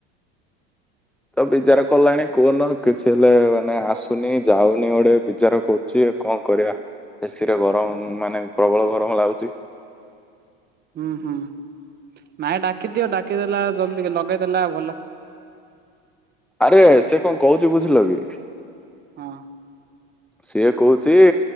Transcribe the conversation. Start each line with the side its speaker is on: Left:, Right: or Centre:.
Centre: ତ ବିଚାର କଲାଣି କୁହନ କିଛି ହେଲେ ମାନେ ଆସୁନି ଯାଉନି ଗୋଟେ ବିଚାର କରୁଛି। କଣ କରିବା <inaudible> ଏସିରେ ଗରମ ମାନେ ପ୍ରବଳ ଗରମ ଲାଗୁଛି।
Right: ହୁଁ। ହୁଁ। <inaudible> ନାଇଁ ଡାକିଦିଅ ଡାକିଦେଲା ଜଲ୍ଦି ଲଗେଇଦେଲା ଭଲ।
Centre: ଆରେ ସେ କଣ କହୁଛି ବୁଝିଲ କି?
Right: ହଁ।
Centre: ସିଏ କହୁଛି